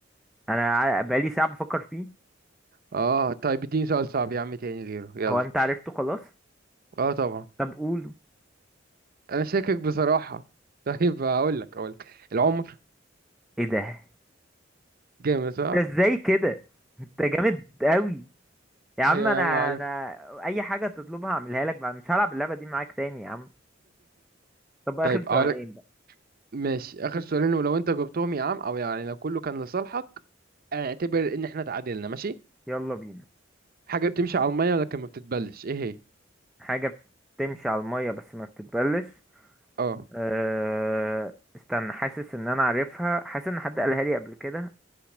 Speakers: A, in the centre; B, on the right.
A: انا ع- بقالي ساعة بفكر فيه
B: اه طيب اديني سؤال صعب يا عم تاني غيره يلا
A: هو انت عرفته خلاص
B: اه طبعا
A: طب قوله
B: انا شاكك بصراحة <laughs> طيب هقول لك هقول لك العمر
A: ايه ده
B: جامد صح
A: انت ازاي
B: <laughs>
A: كده انت جامد قوي يا عم
B: ايوه
A: انا
B: يا عم عارف
A: انا اي حاجة تطلبها اعملها لك بقى مش هلعب اللعبة دي معاك تاني يا عم طب اخر
B: طيب هقول
A: سؤالين
B: لك
A: بقى
B: ماشي اخر سؤالين ولو انت جبتهم يا عم او يعني لو كله كان لصالحك اعتبر ان احنا اتعادلنا ماشي
A: يلا بينا
B: حاجة بتمشي على المية لكن ما بتتبلش ايه هي
A: حاجة بتمشي على المية بس ما بتتبلش
B: اه
A: أه... استنى حاسس ان انا عارفها حاسس ان حد قالها لي قبل كده